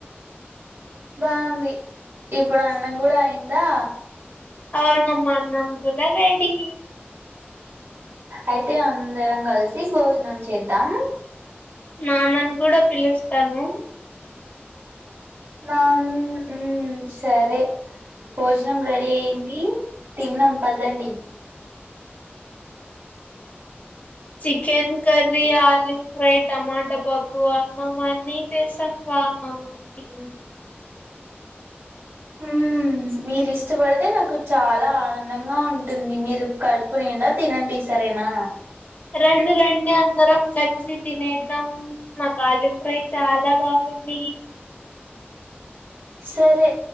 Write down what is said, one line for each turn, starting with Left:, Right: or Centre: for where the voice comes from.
Right: బాగుంది ఇప్పుడు అన్నం కూడా అయిందా
Left: అవునమ్మా నమ్ కూడా రెడి
Right: అయితే అందరం కలిసి భోజనం చేద్దాం
Left: నా నన్ని కూడా పిలుస్ తను
Right: నాన్ ఊ సరే భోజనం రెడీ అయింది తిన్నాం పదండి
Left: చికెన్ కర్రీ ఆలు ఫ్రై టమాటా పప్ ప్పు అన్నము అన్నీ చేసాను రాండమ్మ తినేకి
Right: హు మీరు ఇష్టపడితే నాకు చాలా ఆనందంగా ఉంటుంది మీరు కడుపు నిండా తినండి సరేనా
Left: రండి రండి అ అందరం కలిసి తినేద్దాం మాకు అల్లు ఫ్రై చాలా బాగుంది
Right: సరే